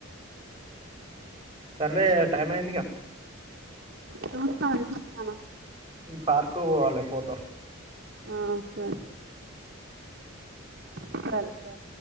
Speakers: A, on the right (about 20°); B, on the right (about 50°).
A: సర్లే టైం అయింది గా
B: చూస్తాన్నా ఎదురుచూస్తున్నాను
A: పార్కుకు పోవాలే పోత
B: ఆ సర్ సరే సరే